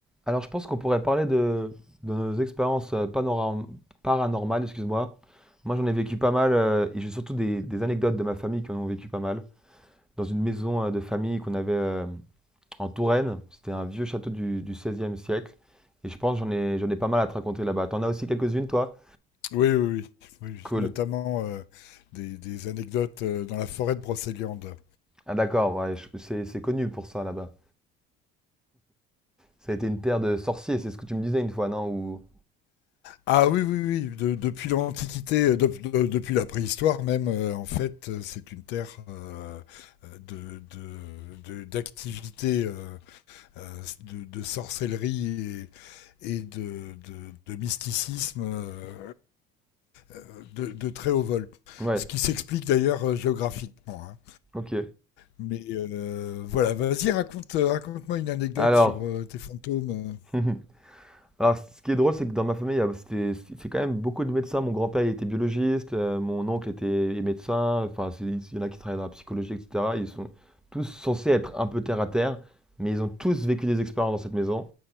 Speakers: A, in the centre; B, on the left.
A: Alors, je pense qu'on pourrait parler de, de nos expériences euh, panora- paranormales, excuse-moi. Moi, j'en ai vécu pas mal, euh, et j'ai surtout des, des anecdotes de ma famille qui en ont vécu pas mal. Dans une maison euh, de famille qu'on avait euh, en Touraine, c'était un vieux château du, du 16 siècle, et je pense que j'en ai, j'en ai pas mal à te raconter là-bas. T'en as aussi quelques-unes, toi?
B: Oui, oui, oui. oui. oui.
A: Cool.
B: Notamment euh, des, des, anecdotes euh, dans la forêt de Brocéliande.
A: Ah d'accord, ouais, je- c'est, c'est connu pour ça là-bas. Ça a été une terre de sorciers, c'est ce que tu me disais une fois, non? Ou...
B: Ah oui, oui, oui. De- depuis l'Antiquité, euh, de- de- depuis la préhistoire même, euh, en fait, euh, c'est une terre euh, euh, de, de- de- d'activité, euh, euh, de, de sorcellerie et, et de, de- de mysticisme euh, euh, de, de très haut vol.
A: Ouais,
B: Ce qui s'explique d'ailleurs euh, géographiquement. hein.
A: ok.
B: Mais euh, voilà, vas-y, raconte, euh, raconte-moi une anecdote
A: Alors...
B: sur euh, tes fantômes.
A: <laughs> Alors, ce qui est drôle, c'est que dans ma famille, il y a- c'était- c'est quand même beaucoup de médecins. Mon grand-père, il était biologiste, euh, mon oncle était est médecin. Enfin, c'est- il y en a qui travaillent dans la psychologie, etc. Ils sont tous censés être un peu terre à terre, mais ils ont tous vécu des expériences dans cette maison.